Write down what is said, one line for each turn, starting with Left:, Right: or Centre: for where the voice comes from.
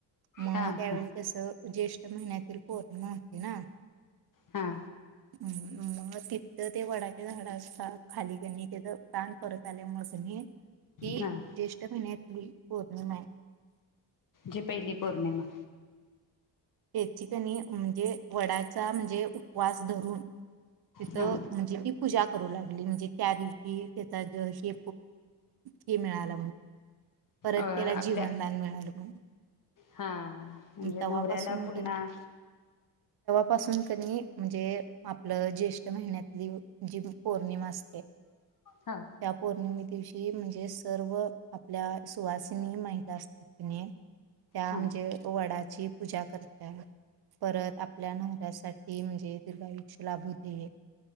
Right: मगं
Left: हा हा
Right: त्यावेळी कसं ज्येष्ठ - महिन्यातील पौर्णिमा होती ना
Left: हा
Right: मग तिथ ते वडा- झाडा खाली कणी तिथं प्राण परत आल्या मुळ कणी, ती
Left: हा
Right: ज्येष्ठ महीन्यात - मी पौर्णिमाये!
Left: जी पहिली पौर्णिमा!
Right: याची कणी म्हणजे वडाचा म्हणजे उपवास धरून तिथं
Left: हा
Right: म्हणजे ती पूजा करू लागली! म्हणजे त्या दिवशी त्याचा हे हे मिळाल परत
Left: अ
Right: त्याला
Left: आपल्या
Right: जीवनदान मिळालं! <unintelligible>
Left: हा. म्हणजे
Right: तवापासून
Left: नवऱ्याला पुन्हा
Right: पासून कनी म्हणजे! आपलं ज्येष्ठ महिन्यातली जी पौर्णिमा असते!
Left: हा
Right: त्या पौर्णिमे दिवशी म्हणजे सर्व आपल्या सुवासिनी महिला असत्यात कणी त्या
Left: हा
Right: म्हणजे वडाची पूजा करत परत आपल्या नवऱ्यासाठी म्हणजे दीर्घायुष्य लाभू दे!